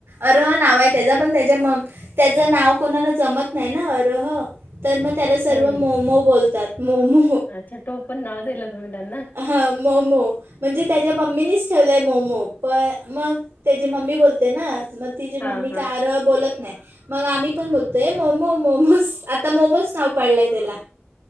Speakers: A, on the right (about 80°); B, on the left (about 50°).
A: अरह नाव ये त्याच, पण त्याच्या म त्याचं नाव कोणाला जमत नई ना अरह. तर मग त्याला सर्व
B: हम्म
A: मोमो बोलतात मोमो.
B: अच्छा टोपण नाव दिलं तुम्ही त्यांना
A: हां मोमो. म्हणजे त्याच्या मम्मीनीच ठेवलंय मोमो, पण मग त्याची मम्मी बोलते ना म. तिची
B: हा
A: मम्मी
B: हा
A: काय अरह बोलत नाय. मग आम्ही पण बोलतो, मोमो मोमोज आता मोमोज नाव पडलाय त्याला.